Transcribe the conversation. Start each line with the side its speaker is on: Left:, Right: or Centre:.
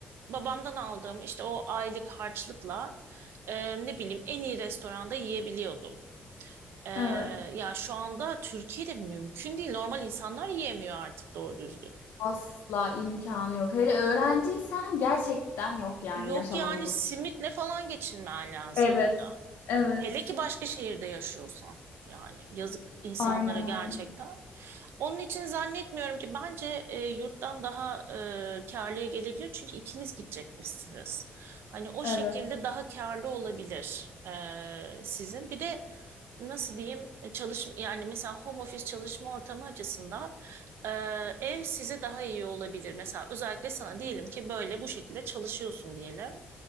Right: babamdan aldığım işte o aylık harçlıkla e, ne bileyim en iyi restoranda yiyebiliyordum. Ee,
Left: Evet.
Right: ya şu anda Türkiye'de mümkün değil. Normal insanlar yiyemiyor artık doğru düzgün.
Left: Asla imkanı yok. Hele öğrenciysen gerçekten yok yani
Right: Yok
Left: yaşamanın
Right: yani
Left: burada.
Right: simitle falan geçinmen lazım
Left: Evet,
Right: burada.
Left: evet.
Right: Hele ki başka şehirde yaşıyorsan. Yani yazık insanlara
Left: Aynen
Right: gerçekten.
Left: öyle.
Right: Onun için zannetmiyorum ki bence e, yurttan daha e, kârlıya gelebilir. Çünkü ikiniz gidecekmişsiniz. Hani o
Left: Evet,
Right: şekilde daha kârlı olabilir e, sizin. Bir de nasıl diyeyim e, çalış yani mesela home office çalışma ortamı açısından e, ev size daha iyi olabilir. Mesela özellikle sana diyelim ki böyle bu şekilde çalışıyorsun diyelim.